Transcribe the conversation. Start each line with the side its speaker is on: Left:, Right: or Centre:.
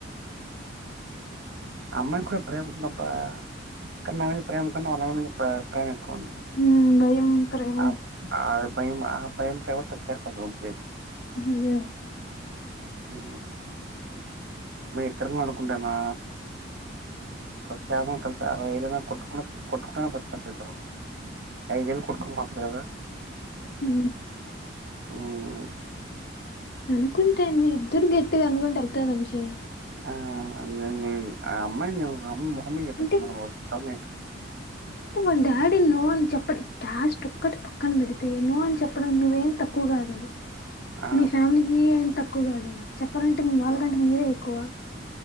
Right: అమ్మాయికి కూడా ప్రేమ ఉంది అబ్బా కని నా మీద ప్రేమ కన్నా వాళ్ల నాన్నా మీద ప్ర ప్రేమ ఎక్కువ. ఉంది
Left: హ్ భయం, ప్రేమ
Right: ఆ- ఆ భయం ఆ భయం ప్రేమ తొక్కేస్తది వంశీ అది.
Left: అదే
Right: ఆ మేత్ర ననుకుంటనా. అల్లా ప్యామిలిని కల్సా అల్లు ఎదైనా కొట్టుకున్నా కొట్టుకున్నా కొట్కున్నా కల్స్ పోతరు. ఐదేళ్ల్ కొట్కు మాఫ అదా
Left: ఉ
Right: హ్
Left: అనుకుంటే ఇద్దరు గట్టిగా అనుకుంటే అవుతది వంశీ.
Right: ఆ <unintelligible> ఆ అమ్మాయి నా మొహం మీద చేప్పేసింది
Left: అంటే
Right: నాకు నువు వద్దు చాలా నీట్గా
Left: అంటే వాళ్ళ డాడీ నో అని చెప్పడు క్యాస్ట్ ఒక్కటి పక్కన పెడితే నో అని చెప్పడం నువ్వేం తక్కువగా దు అండి.
Right: ఆ!
Left: మీ ఫ్యామిలీకి ఏం తక్కువ కాదు. చెప్పాలంటే వాళ్ళకంటే మీరే ఎక్కువ.